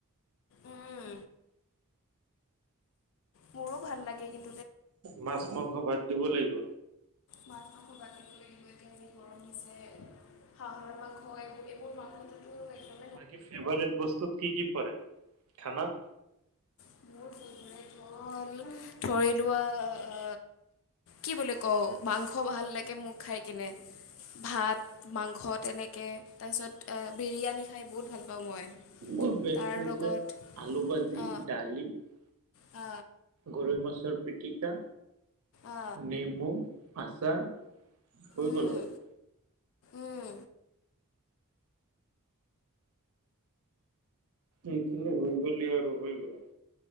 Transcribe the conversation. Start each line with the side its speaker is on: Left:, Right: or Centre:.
Left: উম। মোৰো ভাল লাগে কিন
Right: মাছ মাংস বাদ দিব লাগিব।
Left: মাছ মাংস বাদ দিব লাগিব এতিয়া যি গৰম দিছে। হাঁহৰ মাংস এইবো এইবোৰ মাংসটোতো এক <unintelligible>
Right: বাকী ফেভাৰেট বস্তুত কি কি পৰে খানাত?
Left: <unintelligible> ধৰি লোৱা আ কি বুলি কওঁ মাংস ভাল লাগে মোক খাই কিনে ভাত, মাংস তেনেকে তাইছত এ, বিৰিয়ানি খাই বহুত ভাল পাওঁ মই
Right: মোৰ বেষ্ট
Left: তাৰ
Right: হৈছে
Left: লগত
Right: আলু ভাজি,
Left: আ
Right: <unintelligible>
Left: আ
Right: গৰৈ মাছৰ পিটিকা,
Left: আ
Right: নেমু আচাৰ হৈ
Left: উম
Right: গ'ল হয়।
Left: উম
Right: এইখিনি হৈ গ'লি আৰু হৈ গ'ল হয়।